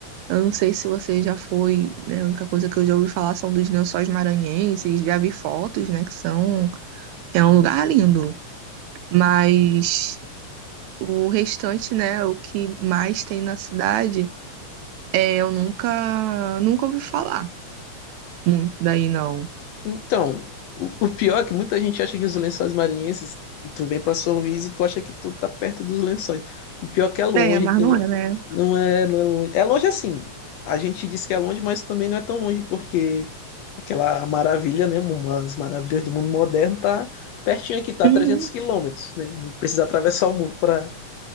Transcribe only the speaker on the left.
Então, o o pior é que muita gente acha que os lençóis maranhenses, tu vem pra São Luís e tu acha que tu tá perto dos lençóis. O pior é que é longe,
entendeu?
Não é, não é longe. É longe assim. A gente diz que é longe, mas também não é tão longe, porque aquela maravilha, né? Umas maravilhas do mundo moderno tá pertinho aqui, tá
a 300 quilômetros, né? Não precisa atravessar o mundo pra,